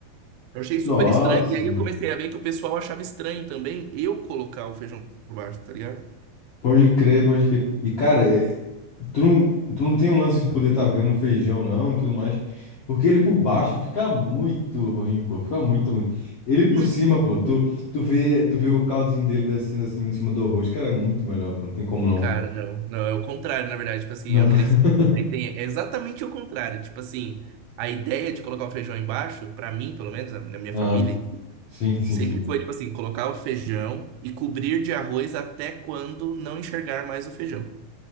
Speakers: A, on the right; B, on the left.
A: Eu achei super
B: Nossa,
A: estranho. E aí
B: velho.
A: eu comecei a ver que o pessoal achava estranho também eu colocar o feijão por baixo, tá ligado?
B: Pode crer, pode crer. E, cara, é- tu não, tu não tem um lance de poder estar vendo feijão, não, e tudo mais. Porque ele por baixo fica muito ruim, pô. Fica muito ruim. Ele por
A: Né?
B: cima, pô, tu, tu vê, tu vê o caldinho dele descendo assim em cima do arroz. Cara, é muito melhor, pô. Não tem como não.
A: Cara, não. Não, é o contrário, na verdade. Tipo assim,
B: Não.
A: eu cresci.
B: <laughs>
A: Aí tem... É exatamente o contrário. Tipo assim, a ideia de colocar o feijão embaixo, pra mim, pelo menos, na na minha
B: Ah.
A: família
B: Sim, sim,
A: Sempre
B: sim.
A: foi, tipo assim, colocar o feijão e cobrir de arroz até quando não enxergar mais o feijão.